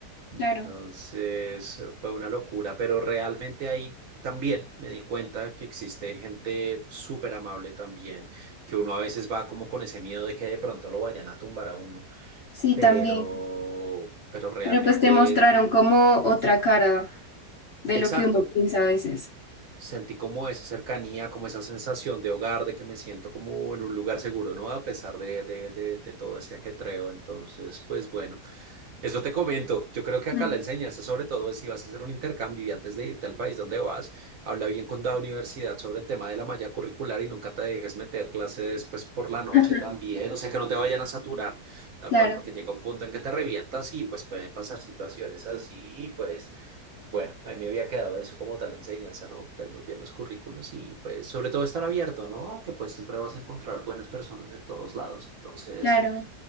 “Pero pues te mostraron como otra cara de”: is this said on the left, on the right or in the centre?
Left